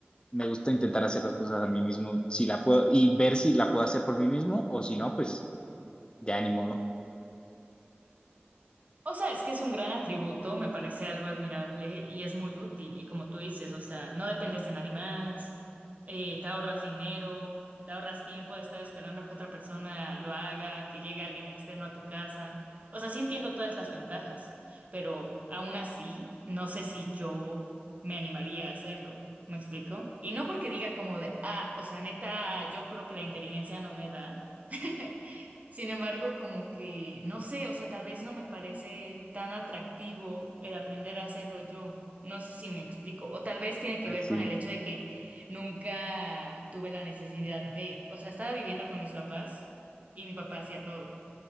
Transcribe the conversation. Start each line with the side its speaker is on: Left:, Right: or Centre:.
Left: me gusta intentar hacer las cosas a mí mismo, si la puedo, y ver si la puedo hacer por mí mismo o si no, pues ya ni modo.
Right: O sea, es que es un gran atributo, me parece algo admirable y es muy útil. Y como tú dices, o sea, no dependes de nadie más, eh, te ahorras dinero, te ahorras tiempo de estar esperando que otra persona lo haga, que llegue alguien externo a tu casa. O sea, sí entiendo todas las ventajas, pero aún así, no sé si yo me animaría a hacerlo. ¿Me explico? Y no porque diga como de, ah, o sea, neta, yo creo que la inteligencia no me da. <laughs> Sin embargo, como que, no sé, o sea, tal vez no me parece tan atractivo el aprender a hacerlo yo. No sé si me explico. O tal vez tiene que
Left: Aquí,
Right: ver con el hecho de que nunca tuve la necesidad de, o sea, estaba viviendo con mis papás y mi papá hacía todo.